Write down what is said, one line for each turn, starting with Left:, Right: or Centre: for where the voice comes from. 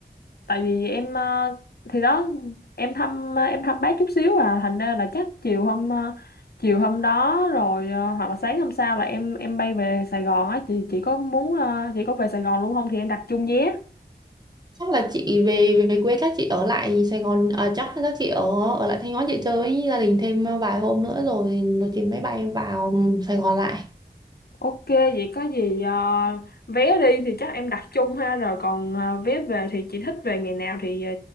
Left: tại vì em ờ, thì đó em thăm ờ, em thăm bác chút xíu à thành ra là chắc chiều hôm ờ, chiều hôm đó rồi ờ, hoặc là sáng hôm sau là em em bay về Sài Gòn á chị chị có muốn ờ, chị có về Sài Gòn luôn không thì em đặt chung vé.
Right: chắc là chị về về quê chắc chị ở lại Sài Gòn à, chắc chắc chị ở ở lại Thanh Hóa chị chơi với gia đình thêm vài hôm nữa rồi rồi chị mới bay vào Sài Gòn lại
Left: Ok vậy có gì ờ, vé đi thì chắc em đặt chung ha rồi còn ờ, vé về thì chị thích về ngày nào thì ờ,